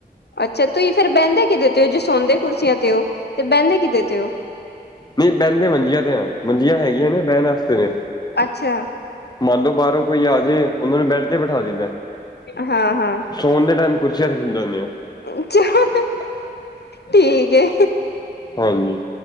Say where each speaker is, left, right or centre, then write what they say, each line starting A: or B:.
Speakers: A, on the left; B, on the left.
A: ਅੱਛਾ, ਤੁਸੀਂ ਫੇਰ ਬਹਿੰਦੇ ਕਿਦੇ ਤੇ ਹੋ। ਜੇ ਸੌਦੇ ਕੁਰਸੀਆਂ ਤੇ ਹੋ। ਤੇ ਬਹਿੰਦੇ ਕਿਤੇ ਤੇ ਹੋ।
B: ਨਹੀਂ ਬਹਨਦੇ ਮੰਜੀਆਂ ਤੇ ਆ। ਮੰਜੀਆਂ ਹੈਗੀਆਂ ਨੇ ਬਹਿਣ ਵਾਸਤੇ ਨੇ।
A: ਅੱਛਾ।
B: ਮੰਨ ਲੋ ਬਾਹਰੋਂ ਕੋਈ ਆਜੇ। ਉਹਨਾਂ ਨੂੰ ਬੈਠ ਤੇ ਬਿਠਾ ਦਈ ਦਾ ਏ।
A: ਹਾਂ- ਹਾਂ।
B: ਸੋਨ ਦੇ ਟਾਈਮ ਕੁਰਸੀਆਂ ਦੇ ਦਿੰਦੇ ਹੋਨੇ ਆ।
A: ਅੱਛਾ, ਠੀਕ ਏ।
B: ਹਾਂਜੀ